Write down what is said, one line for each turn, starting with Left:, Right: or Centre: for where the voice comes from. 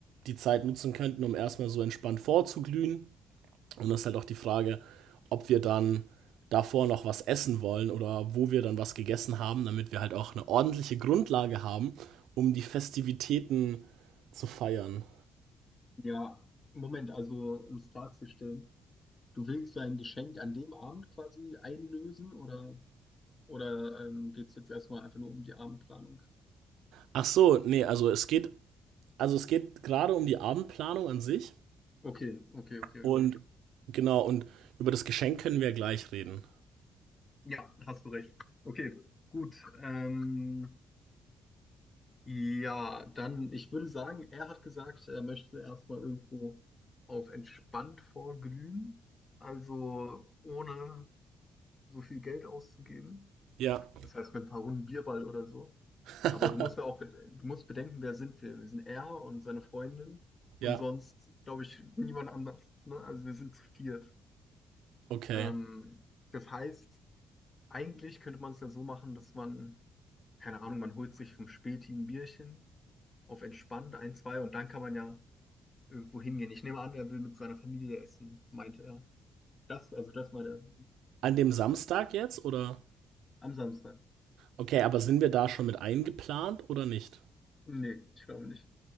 Right: die Zeit nutzen könnten, um erstmal so entspannt vorzuglühen. Und das ist halt auch die Frage, ob wir dann davor noch was essen wollen oder wo wir dann was gegessen haben, damit wir halt auch eine ordentliche Grundlage haben, um die Festivitäten zu feiern.
Left: Ja, Moment, also um es klarzustellen, du willst dein Geschenk an dem Abend quasi einlösen oder, oder ähm, geht es jetzt erstmal einfach nur um die Abendplanung?
Right: Ach so, nee, also es geht, also es geht gerade um die Abendplanung an sich
Left: Okay, okay, okay,
Right: und
Left: okay.
Right: genau, und über das Geschenk können wir gleich reden.
Left: Ja, hast du recht. Okay, gut. Ähm, Ja, dann, ich würde sagen, er hat gesagt, er möchte erstmal irgendwo auf entspannt vorglühen, also ohne so viel Geld auszugeben.
Right: Ja.
Left: Das heißt, mit ein paar Runden Bierball oder so.
Right: <laughs>
Left: Aber du musst ja auch, du musst bedenken, wer sind wir? Wir sind er und seine Freundin
Right: Ja,
Left: und sonst, glaube ich, niemand anders. Ne? Also wir sind zu viert.
Right: okay.
Left: Ähm, das heißt, eigentlich könnte man es ja so machen, dass man, keine Ahnung, man holt sich vom Späti ein Bierchen auf entspannt ein, zwei und dann kann man ja irgendwo hingehen. Ich nehme an, er will mit seiner Familie essen, meinte er. Das, also das meine
Right: An dem Samstag jetzt oder?
Left: am Samstag.
Right: Okay, aber sind wir da schon mit eingeplant oder nicht?
Left: Nee, ich glaube nicht.